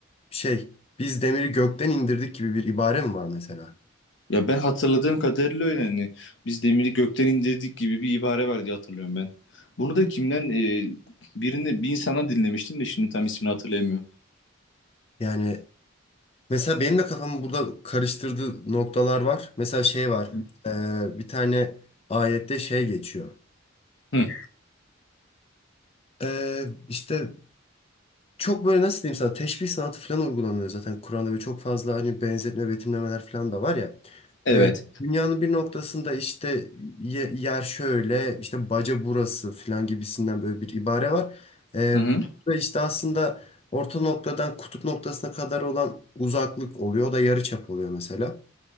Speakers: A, on the left (about 30°); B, on the left (about 65°).
A: şey biz demiri gökten indirdik gibi bir ibare mi var mesela?
B: Ya ben hatırladığım kadarıyla öyle hani biz demiri gökten indirdik gibi bir ibare var diye hatırlıyorum ben. Bunu da kimden e, birini bir insandan dinlemiştim de şimdi tam ismini hatırlayamıyorum.
A: Yani mesela benim de kafamı burada karıştırdığı noktalar var. Mesela şey var.
B: Hı.
A: e, bir tane ayette şey geçiyor.
B: Hı.
A: E, işte çok böyle nasıl diyeyim sana teşbih sanatı falan uygulanıyor zaten Kur'an'da ve çok fazla hani benzetme betimlemeler falan da var ya.
B: Evet.
A: Ee, dünyanın bir noktasında işte ye- yer şöyle işte baca burası falan gibisinden böyle bir ibare var. Ee,
B: Hı hı.
A: burada işte aslında orta noktadan kutup noktasına kadar olan uzaklık oluyor. O da yarıçap oluyor mesela.